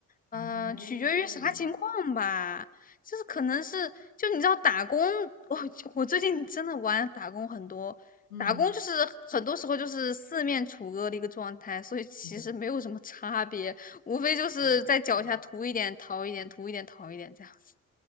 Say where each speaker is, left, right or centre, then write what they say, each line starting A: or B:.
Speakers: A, on the left; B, on the left.
A: 嗯、
B: 哎，
A: 呃取决于啥情况吧。
B: 这样的
A: 就是可能是，就你知道打工，我我最近真的玩打工很多，
B: 嗯，
A: 打工就是很多时候就是四面楚歌的一个状态，所以其实没有什么差别。
B: 是的，
A: 无非就是在脚下涂一点，
B: 也是，
A: 逃一点，涂一点，逃一点这样子。